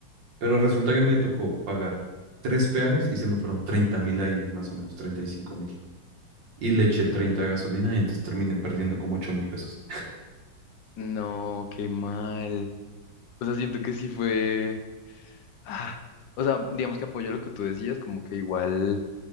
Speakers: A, on the right; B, on the left.
A: Pero resulta que me tocó pagar tres peajes y se me fueron treinta mil ahí, más o menos, treinta y cinco mil. Y le eché 30 de gasolina y antes terminé perdiendo como ocho mil pesos.
B: No, qué mal. O sea, siento que sí fue... ah, o sea, digamos que apoyo lo que tú decías, como que igual...